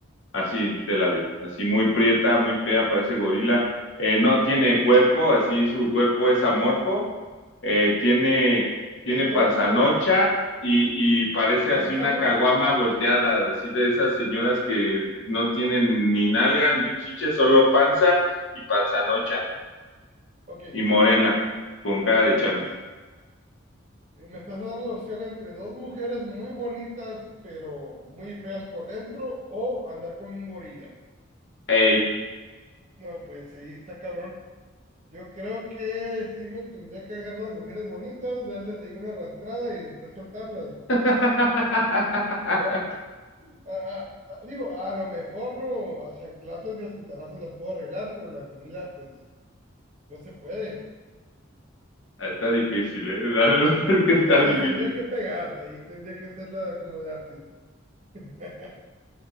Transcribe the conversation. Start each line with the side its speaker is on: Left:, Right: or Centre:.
Left: Así te la de, así muy prieta, muy fea, parece gorila. Eh, no tiene cuerpo, así su cuerpo es amorfo eh, tiene,
Right: Ok,
Left: tiene
Right: estoy
Left: panzanocha
Right: entre...
Left: y, y parece
Right: <laughs>
Left: así
Right: Ay, cabrón.
Left: una caguama volteada, así de esas señoras que no tienen ni nalga ni chiche, solo panza y panzanocha
Right: Ok,
Left: y morena, con cara de
Right: no,
Left: chango.
Right: pues eh, me estás dando opción entre dos mujeres muy bonitas, pero muy feas por dentro, o andar con un gorila.
Left: ¡Ey!
Right: No, pues ahí está, cabrón. Yo creo que sí me tendría que agarrar las mujeres bonitas, darles ahí una arrastrada y después soltarlas,
Left: <laughs>
Right: ¿verdad? A- a- a- digo, a lo mejor no, a chanclazos y a cintarazos las puedo arreglar, pero la gorila, pues, no se puede.
Left: Está difícil, ¿eh? La verdad <laughs> es que está
Right: Eh,
Left: difícil.
Right: Les tendría que pegar, ahí tendría que hacerla como de antes. <laughs>